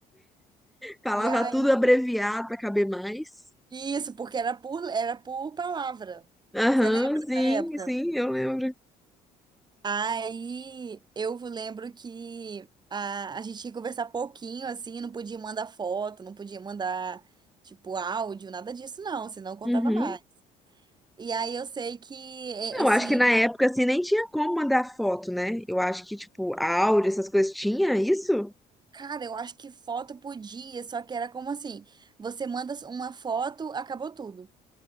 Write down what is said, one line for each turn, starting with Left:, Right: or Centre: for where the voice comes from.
Centre: falava
Right: E aí,
Centre: tudo abreviado para caber mais.
Right: isso, porque era por, era por palavra.
Centre: Aham,
Right: Você lembra
Centre: sim,
Right: dessa época?
Centre: sim, eu lembro.
Right: Aí eu lembro que a, a gente tinha que conversar pouquinho, assim, não podia mandar foto, não podia mandar, tipo, áudio, nada disso, não, senão eu contava
Centre: Uhum.
Right: mais. E aí eu sei que e-
Centre: Não,
Right: esse.
Centre: acho que na época assim nem tinha como mandar foto, né? Eu acho que tipo áudio, essas coisas tinha isso?
Right: Cara, eu acho que foto podia, só que era como assim: você manda uma foto, acabou tudo.